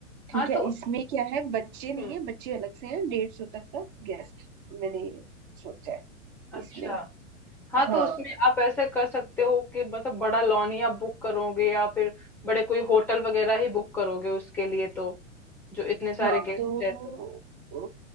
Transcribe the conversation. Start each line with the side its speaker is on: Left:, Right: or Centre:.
Right: ठीक
Centre: हाँ,
Right: है
Centre: तो उस
Right: इसमें क्या है बच्चे नहीं
Centre: हुँ,
Right: है बच्चे अलग से हैं डेढ़ सौ तक का गेस्ट मैंने सोचा है
Centre: अच्छा।
Right: इसमें
Centre: हाँ,
Right: हाँ
Centre: तो उसमें आप ऐसे कर सकते हो कि मतलब बड़ा लॉन ही आप बुक करोगे या फिर बड़े कोई होटल वगैरह ही बुक करोगे उसके लिए तो, जो इतने सारे
Right: हाँ
Centre: गेस्ट
Right: तो
Centre: हैं तो।
Right: वो